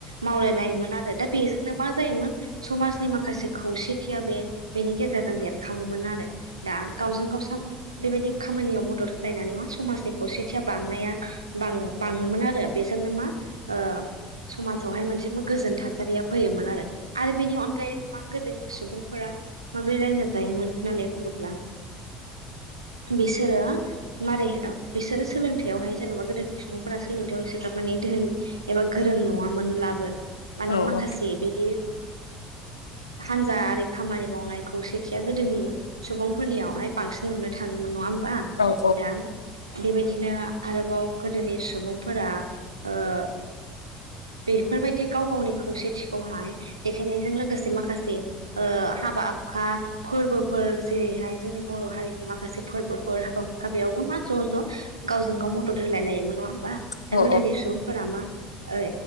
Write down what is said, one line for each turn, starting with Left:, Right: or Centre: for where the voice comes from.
Right: मावलाय लायोमोन आरो दा बेजोंनो मा जायोमोन समाजनि माखासे खौसेथिया बे बेनि गेजेरजों बेरखाङोमोन। आरो दा गावजों गाव <unintelligible> बेबायदि खामानियाव मथे मदद होलायनानै मा समाजनि खौसेथिया बांनाया बाङोमोन आरो बेजोंनो मा ओ समाजावहाय मोनसे गोजोन थासारिया फैयोमोन। आरो आरो बेनि अनगायैबो मा गोदोनि सुबुंफोरा माब्रै रायजो जायोमोन होननानै बुङोब्ला बिसोरो मारै बिसोरो सोलोंथायाइावहाय जेन'बा गोदोनि सुबुंफोरा सोलोंथायाइाव एसेग्राब माने <unintelligible> धोन एबा गोरों नंआ मोन ब्लाबो माने
Left: अ औ
Right: माखासे बिदि हानजा आरि खामानि मावनायखौ सेथिया गोदोनि सुबुंफोरनियावहाय बांसिन नुनो थाङोमोन नङा होमबा।
Left: औ
Right: दा बेबायदिनो आरोबाव गोदोनि सुबुंफोरा ओ- बेफोरबायदि गाव गावनि खौसेथिखौहाय देखायनायजों लोगोसे माखासे ओ हाबा हुखा फोरबोफोर जेरैहाय जोंनि बर' हारिनि माखासे फोरबोफोर औ <unintelligible> मा ज' ज' गावजों गाव मदद होलाय लायोमोन नङा होमबा दा
Left: औ
Right: गोदोनि सुबुंफोरा मा ओ